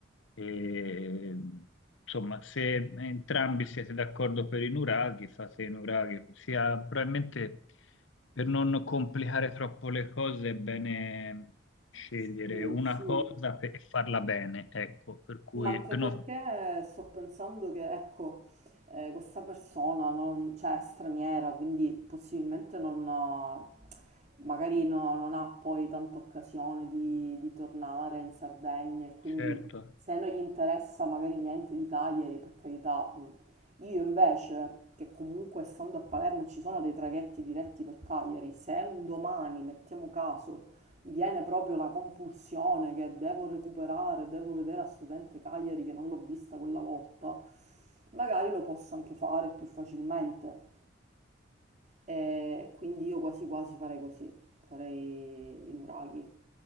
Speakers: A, on the left; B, on the right.
A: E, insomma, se entrambi siete d'accordo per i nuraghi, fate i nuraghi. Sia, probabilmente per non complicare troppo le cose è bene scegliere
B: Sì,
A: una
B: sì.
A: cosa pe- e farla bene, ecco, per cui
B: Ma anche
A: per
B: perché
A: non-
B: sto pensando che, ecco, eh, questa persona non, cioè, è straniera, quindi possibilmente non, ha- magari no- non ha poi tanta occasione di, di tornare in Sardegna e quindi
A: certo.
B: se non gli interessa magari niente di Cagliari, per carità. mh. Io invece, che comunque stando a Palermo ci sono dei traghetti diretti per Cagliari, se un domani, mettiamo caso, mi viene proprio la compulsione che devo recuperare, devo vedere a studente Cagliari che non l'ho vista quella volta, magari lo posso anche fare più facilmente. E quindi io quasi quasi farei così, farei i nuraghi.